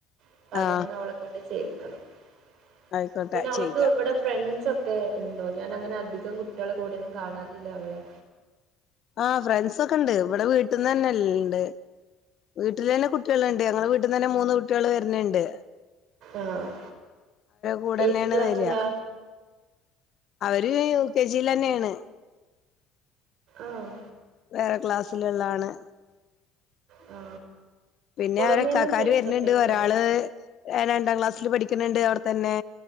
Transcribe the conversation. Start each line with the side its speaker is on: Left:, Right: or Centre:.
Right: അപ്പൊ അതൊന്ന
Left: ആ
Right: അവളെക്കൊണ്ട് ചെയ് ക <unintelligible>
Left: ആയിക്കോട്ടെ
Right: പിന്നെ അവക്ക്
Left: ചെയ്യിക്കാം
Right: ഇവിടെ ഫ്രണ്ട്സ് ഒക്കെ ഉണ്ടോ ഞാൻ അങ്ങനെ അധികം കുട്ടികളെ കൂടെന്നും കാണാറില്ല അവളെ
Left: ആഹ് ഫ്രണ്ട്സ ഒക്കെണ്ട് ഇവിടെ വീട്ടിൽന്ന് തന്നെല്ല ഇണ്ട് വീട്ടിൽ തന്നെ കുട്ടികൾുണ്ട് ഞങ്ങടെ വീട്ടിൽന്ന് തന്നെ മൂന്ന് കുട്ടികൾ വരുന്നണ്ട്
Right: ആഹ്
Left: കൂടെ
Right: ഏത്
Left: തന്നെയാണ്
Right: ക്ലാസ്സിലാ
Left: വരിക ഒരു യു കെ ജിൽ തന്നെയാണ്
Right: ആഹ്
Left: വേറെ ക്ലാസ്സിലള്ളതാണ്
Right: ആ
Left: പിന്നെ
Right: പുറമേന്ന്
Left: അവരെക്കാക്കാര്
Right: ഫ്രണ്ട്സ്
Left: വരുന്നുണ്ട്
Right: ഒക്കെ ഇല്ലേ
Left: ഒരാള് രണ്ടാം ക്ലാസ്സില് പഠിക്കുന്നുണ്ട് അവ തന്നെ